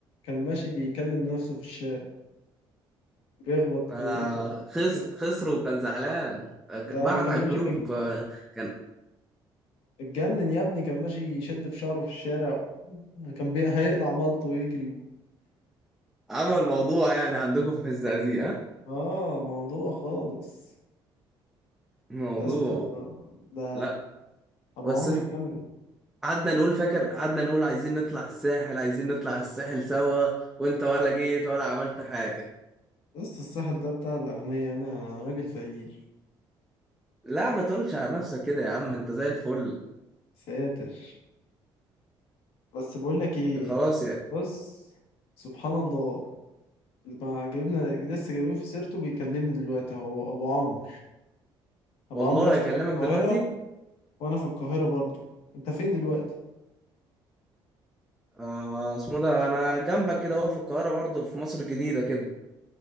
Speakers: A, on the left; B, in the centre.
A: كان ماشي بيكلم نفسه في الشارع بيخبط
B: آه
A: كان...
B: خس
A: كان...
B: خسر وكان زعلان آه، ك-
A: ده
B: بعت
A: كان
B: على
A: ماشي
B: الجروب
A: بيج-
B: آه، كان
A: اتجنن يا ابني كان ماشي يشد في شعره في الشارع كان بي... هيقلع مالته ويجري
B: عمل موضوع يعني عندكم في الزقازيق ها
A: اه موضوع خالص
B: موضوع
A: يا اسطى ده
B: لا
A: ابو
B: بس
A: عمرو
B: ف-
A: اتجنن
B: قعدنا نقول فاكر قعدنا نقول عايزين نطلع الساحل عايزين نطلع الساحل سوا وانت ولا جيت ولا عملت حاجة
A: بس الساحل ده بتاع الاغنياء انا راجل فقير
B: لا ما تقولش على نفسك كده يا عم انت زي الفل
A: ساتر بس بقول لك ايه
B: خلاص يا
A: بص سبحان الله ما جبنا لسه جايبين في سيرته بيكلمني دلوقتي اهو ابو عمرو ابو
B: والله
A: عمرو يا اسطى
B: اكلمك
A: في القاهرة
B: دلوقتي
A: وانا في القاهرة برضو انت فين دلوقتي
B: آه اسمه ده انا جنبك كده اهو في القاهرة برضه في مصر الجديدة كده